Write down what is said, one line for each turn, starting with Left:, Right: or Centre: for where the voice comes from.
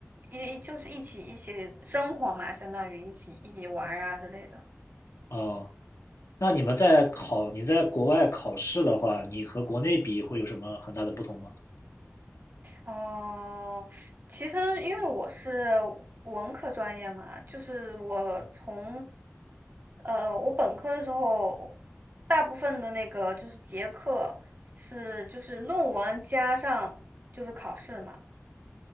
Right: 一一就是一起一起生活嘛，相当于一起一起玩儿啊之类的。
Left: 嗯。那你们在考，你在国外考试的话，你和国内比会有什么很大的不同吗？
Right: 哦，其实因为我是文科专业嘛，就是我从呃我本科的时候，大部分的那个就是结课是就是论文加上就是考试嘛。